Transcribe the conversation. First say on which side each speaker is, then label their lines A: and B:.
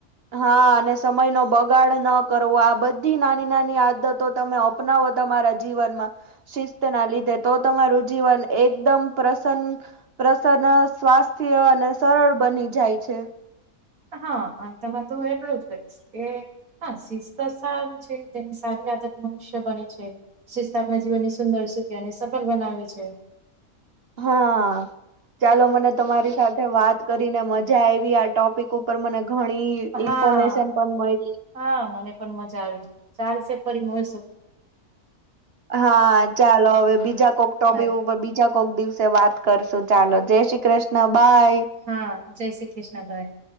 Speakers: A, on the right (about 45°); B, on the right (about 75°).
A: હા, અને સમય નો બગાડ ન કરવો, આ બધી નાની-નાની આદતો તમે સપનાવ તમારા જીવનમાં. શિસ્ત ના લીધે તો, તમારું જીવન એકદમ પ્રસન્ન પ્રસન, સ્વાસ્થ્ય અને સરળ બની જાય છે.
B: હા, અંતમાં તું એટલું જ કહીશ કે. હા, શિસ્ત સારું છે, તેની સારી આદત મનુષ્ય બને છે. સિસ્તાકમાં જીવનની સુંદર સુખ અને સફળ બનાવે છે.
A: હા. ચાલો મને તમારી સાથે વાત કરીને મજા આરવી આ ટોપિક ઉપર મને ઘણી
B: હા.
A: ઇન્ફોર્મેશન પણ મળી
B: હા મને પણ મજા આવી ચાલશે ફરી મળશું.
A: હા, ચાલો હવે બીજા કોક ટોપી
B: હા
A: ઉપર બીજા કોક દિવસ સે વાત કરશું ચાલો જય શ્રી કૃષ્ણ, બાય.
B: હા, જય શ્રી કૃષ્ણ બાઈ.